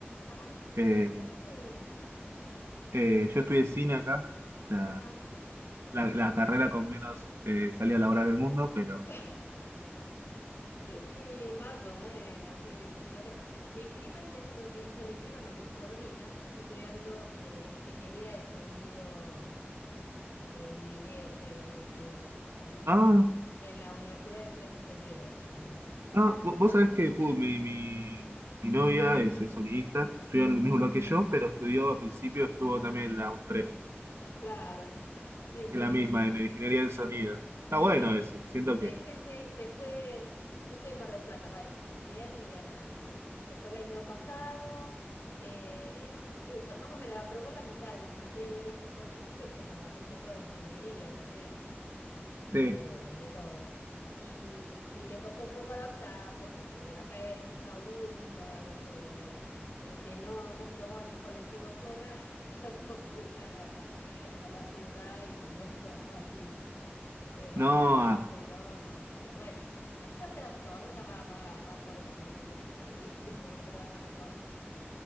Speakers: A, on the left; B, on the right.
A: ¡Ay,
B: Eh,
A: qué bien!
B: eh, yo estudié cine acá, o sea,
A: Ajá.
B: la, la carrera con menos eh, salida laboral del mundo, pero...
A: <laughs> Y más o menos, sí, sí, lo sé. Mi prima está estudiando, no, mi prima no, mi sobrina está estudiando eh, ingeniería de sonido eh, y video, creo, algo así, de- eh,
B: Ah,
A: en la Universidad de tres de Febrero, allá en...
B: ah, vo- vos sabés que ju, mi, mi, mi novia es eh, sonidista, estudió en el mismo lugar que yo, pero estudió, al principio estuvo también en la UNTREF
A: Claro, sí,
B: Es
A: sí,
B: la misma,
A: sí.
B: en ingeniería del sonido. Está
A: Sí,
B: bueno eso, siento
A: sí,
B: que.
A: sí, sí, se fue, yo estoy en Mar del Plata, bueno, ellos también, y bueno, y, y se fue el año pasado, eh, hizo más o menos, aprobó la mitad de las materias, porque al principio es como, viste, toda ingeniería tenés
B: Sí.
A: eh, de todo. Y, y le costó un poco adaptarse porque de acá es hija única, viste, eh, que no, no se tomaba ni un colectivo sola, <laughs> allá tengo que ir a la, <laughs> a la ciudad y no es tan fácil eh, manejarse
B: No, ah,
A: y todo, no, pero bueno, pero ya se adaptó, ahora ya va, va, va por otras materias ahí, <laughs> esperemos que le vaya mejor.